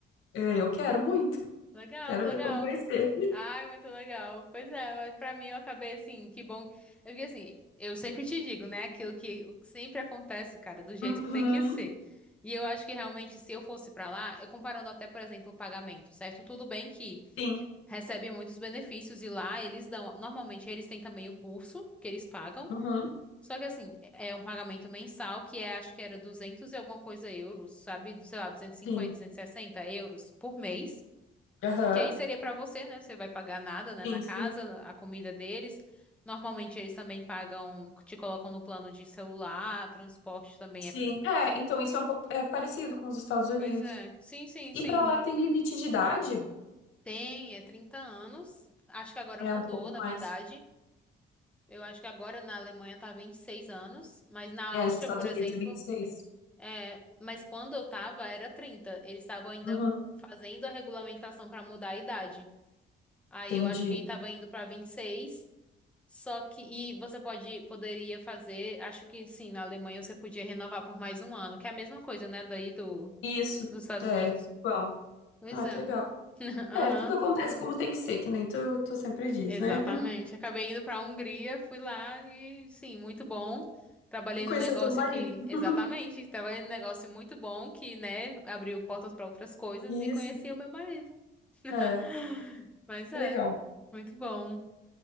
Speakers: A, on the left (about 85°); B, in the centre.
A: É, Eu quero muito.
B: Legal,
A: Quero
B: legal.
A: ver como vai ser.
B: Ai, muito legal. Pois é, mas pra mim eu acabei assim, que bom. É Porque assim, eu sempre te digo, né? Aquilo que o que sempre acontece, cara, do jeito
A: Uhum,
B: que tem que ser. E eu acho que realmente se eu fosse pra lá, eu comparando até, por exemplo, o pagamento, certo? Tudo bem que
A: sim.
B: recebe muitos benefícios e lá eles dão, normalmente eles têm também o curso que eles pagam,
A: Uhum,
B: só que assim, é é um pagamento mensal que é, acho que era 200 e alguma coisa euros, sabe, sei lá, duzentos duzentos e cinquenta
A: sim.
B: duzentos e sessenta euros por mês,
A: Aham.
B: que aí seria pra você, né? Você vai pagar nada, né,
A: Sim,
B: na casa,
A: sim.
B: a comida deles. Normalmente eles também pagam, te colocam no plano de celular, transporte também
A: Sim.
B: é. co-
A: É, então isso é um pouco é parecido com os Estados Unidos.
B: Pois é. Sim, sim,
A: E
B: sim.
A: pra lá tem limite de idade?
B: Tem, é 30 anos. Acho que agora
A: É
B: mudou,
A: um pouco
B: na
A: mais.
B: verdade. Eu acho que agora na Alemanha tá 26 anos, mas na Áustria,
A: É, os Estados
B: por exemplo,
A: Unidos é 26.
B: é, mas quando eu tava era 30. Eles estavam ainda
A: Uhum,
B: fazendo a regulamentação pra mudar a idade. Aí
A: entendi.
B: eu acho que tava indo pra 26. só que e você pode poderia fazer, acho que sim, na Alemanha você podia renovar por mais um ano, que é a mesma coisa, né, daí do
A: Isso.
B: dos Estados
A: É,
B: Unidos.
A: igual.
B: Pois
A: Ah,
B: é.
A: que legal.
B: <laughs> Aham.
A: É, tudo acontece como tem que ser, que nem tu, tu sempre diz,
B: Exatamente.
A: né?
B: Acabei indo para a Hungria, fui lá e sim, muito bom.
A: <laughs>
B: Trabalhei
A: E conhecer
B: num negócio
A: o teu marido.
B: que,
A: <laughs>
B: exatamente, trabalhei num negócio muito bom que, né, abriu portas para outras coisas
A: Isso.
B: e conheci o meu marido. <laughs>
A: É,
B: Mas
A: que
B: é,
A: legal.
B: muito bom.